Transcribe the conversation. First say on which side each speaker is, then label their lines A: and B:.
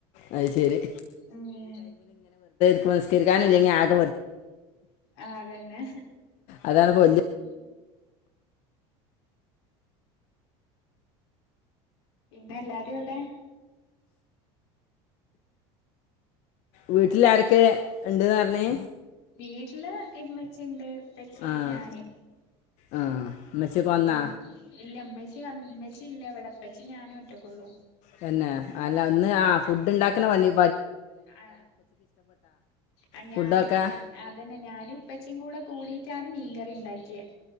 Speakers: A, on the left (about 60°); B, on the left (about 85°).
A: അത് ശരി
B: ഉ
A: നിസ്കരിക്കാൻ ഇല്ലകിൽ ആക
B: ആതന്നെ
A: അതാണ് ഇപ്പോൾ വലിയ
B: ഉം പിന്നെ എല്ലാാരെയും ഇവിടെ
A: വീട്ടിൽ ആരൊക്കെ ഉണ്ട്ന്ന് പറഞ്ഞേ
B: വീട്ടില് ഇമ്മച്ചിയുണ്ട്, ഇമ്മച്ചി
A: ആഹ്
B: ഞാന്
A: ആഹ് ഉമ്മച്ചിയൊക്കെ
B: ആ അപ്പ
A: വന്നാ
B: ഇല്ലമ്മ ഉമ്മച്ച ഇല്ല എവിടെപ്പച്ചേ ഞാനും ഒറ്റക്കള്ളൂ.
A: തന്നെ അല്ല ഒന്ന് ആ ഫുഡ് ഉണ്ടാക്കുന്ന വന്നി
B: ആ ആ ഞാനുംഉപ്പ
A: ഫുഡൊക്കെ
B: അതന്നെ ഞാനും ഇപ്പച്ചും കൂടെ കുടിട്ടാണ് മീൻകറി ഉണ്ടാക്കിയത്